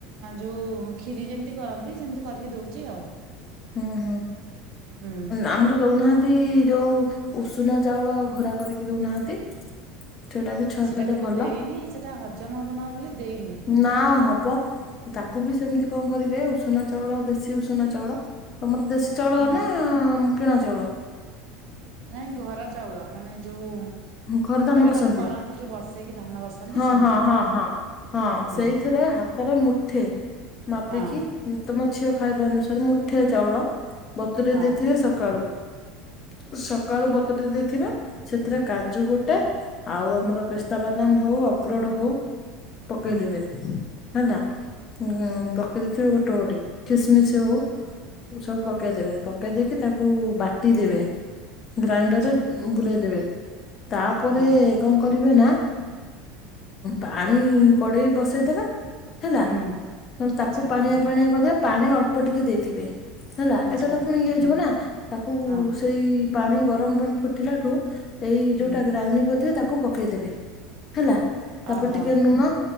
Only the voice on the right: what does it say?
ଯୋଉ ଖିରି ଯେମତି କରନ୍ତି ସେମତି କରିକି ଦଉଛି ଆଉ।
ହୁଁ
ସେଟା
କେବେ
ଦେଇନି ସେଟା ହଜମ ହବ ନା ବୋଲି ଦେଇନି
ହୁଁ
ନାଇଁ ଘର ଚାଉଳ ମାନେ ଯୋଉ
ମାନେ କରନ୍ତି ଯୋଉ ବସେଇକି ଧାନ ବସାନ୍ତି
ସେମିତିଆ
ଚାଉଳ
ହୁଁ
ହଁ
ହଁ
ହୁଁ
ଆଚ୍ଛା
ହଁ
ହୁଁ
ଆଚ୍ଛା
ହଁ
ଆଚ୍ଛା
ହୁଁ
ହଁ
ହୁଁ
ଓହୋ